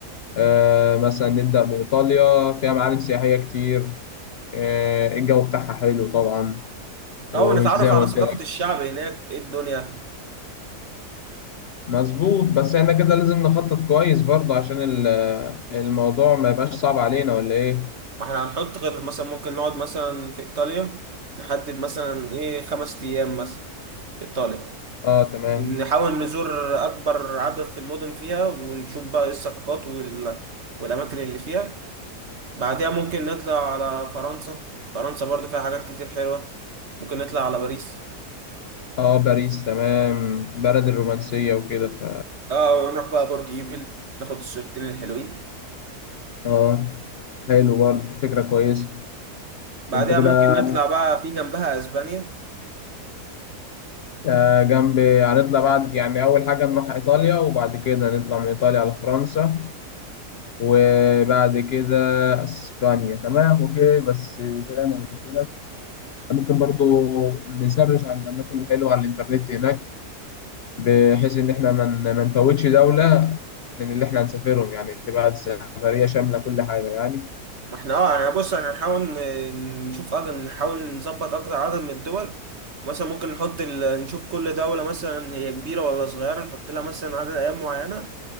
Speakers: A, on the left; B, on the right.
A: آه، مثلا نبدأ بإيطاليا فيها معالم سياحية كتير آه، الجو بتاعها حلو طبعا وزي
B: او نتعرف على
A: ما قلت
B: ثقافة
A: لك
B: الشعب هناك ايه الدنيا
A: مظبوط بس احنا كده لازم نخطط كويس برضه عشان ال- الموضوع ما يبقاش صعب علينا ولا إيه؟
B: ما احنا هنحط خطط مثلا ممكن نقعد مثلا في ايطاليا نحدد مثلا ايه خمس ايام مثلا في ايطاليا
A: اه تمام
B: نحاول نزور اكبر عدد في المدن فيها ونشوف بقى إيه الثقافات وال... والاماكن اللي فيها بعدها ممكن نطلع على فرنسا فرنسا برضه فيها حاجات كتير حلوة ممكن نطلع على باريس
A: اه باريس تمام بلد الرومانسية وكده ف
B: اه ونروح بقى برج ايفل ناخد الصورتين الحلوين
A: اه حلو برضه فكرة كويسة
B: بعدها
A: انت كده
B: ممكن نطلع بقى في جنبها اسبانيا
A: آه، جنب هنطلع بعد يعني أول حاجة نروح إيطاليا وبعد كده نطلع من إيطاليا على فرنسا وبعد كده أسبانيا تمام أوكي بس زي ما قلت لك ممكن برضو نسرش على الأماكن الحلوة على الإنترنت هناك بحيث إن إحنا ما ن- ما نفوتش دولة من اللي إحنا هنسافرهم يعني تبقى سفرية شاملة كل حاجة يعني
B: ما احنا اه يعني بص احنا هنحاول ن- نشوف أج- نحاول نظبط اكتر عدد من الدول مثلا ممكن نحط ال... نشوف كل دولة مثلا هي كبيرة ولا صغيرة نحط لها مثلا عدد ايام معينة